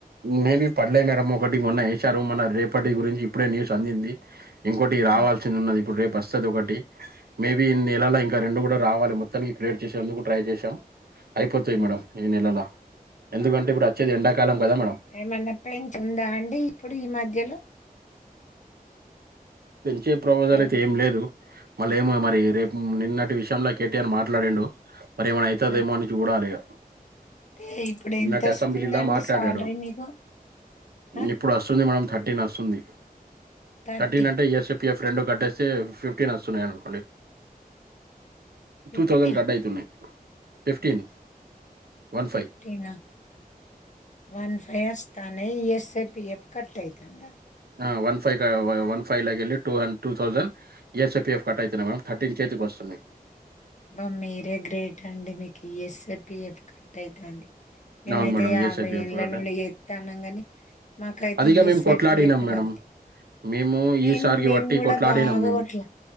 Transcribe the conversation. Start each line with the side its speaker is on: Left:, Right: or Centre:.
Right: మేబి పడలే మేడం ఒకటి మొన్న ఏసారు మొన్న రేపటి గురించి ఇప్పుడే న్యూస్ అందింది ఇంకోటి రావాల్సింది
Left: ఉమ్
Right: ఉన్నది ఇప్పుడు రేపు వస్తది ఒకటి మేబి ఈ నెలలా ఇంకా రెండు కూడా రావాలి మొత్తం ఈ క్రియేట్ చేసేందుకు ట్రై చేసాం అయిపోతాయి మేడం
Left: ఉమ్
Right: ఈ నెలల ఎందుకంటే ఇప్పుడు అచ్చేది ఎండాకాలం కదా మేడం
Left: ఏమన్నా పెంచ్ ఉందా అండి ఇప్పుడు ఈ మధ్యలో
Right: పెంచే ప్రవోజల్
Left: అన్
Right: అయితే ఏం లేదు మళ్ళ ఏమో మరి
Left: అంటే
Right: రేపు నిన్నటి విషయంలో కేటీఆర్ మాట్లాడిండు మరి ఏమైనా అయితదేమో
Left: ఆ
Right: అని చూడాలి ఇగ
Left: అంటే ఇప్పుడు
Right: నిన్నటి
Left: ఎంత వస్తుందండి
Right: అసెంబ్లీలా మాట్లాడాడు
Left: సాలరీ మీకు ఆ?
Right: ఇప్పుడు వస్తుంది మనం థట్టీన్ వస్తుంది
Left: థర్టీ
Right: థర్టీన్ అంటే ఇ ఎస్, పి ఎఫ్ రెండు కట్టేస్తే ఫిఫ్టీన్ వస్తున్నాయి అనుకోండి
Left: ఫిఫ్టీ
Right: టూ థౌసండ్ కట్ అయితున్నాయి ఫిఫ్టీన్ వన్
Left: ఫఫ్టీనా
Right: ఫైవ్
Left: వన్ ఫై వస్తాన్నాయి E S P F cut అయితాందా
Right: ఆ వన్ ఫై క వన్ ఫైవ్ లకెల్లి to two thousand E S, P F cut అయితున్నయి మేడం థట్టిన్ చేతికి వస్తున్నాయి.
Left: అబ్బ మీరే గ్రేట్ అండి మీకు ఈ ఎస్, పిఎఫ్ కట్ అయితాంది. మేమైతే
Right: అవును మేడం
Left: యాభై
Right: ఈఎస్ఐపిఎఫ్
Left: ఏండ్ల
Right: కట్
Left: నుండి చేస్తాన్నాం గాని మాకు అయితే
Right: అదిగా
Left: ఏ
Right: మేము
Left: సెట్
Right: కొట్లాడినాం మేడం
Left: కాలుది
Right: మేము
Left: మేం
Right: ఈ సార్కి
Left: మేం
Right: బట్టి
Left: కూడా
Right: కొట్లాడినాం
Left: బాగా
Right: మేము
Left: కొట్లా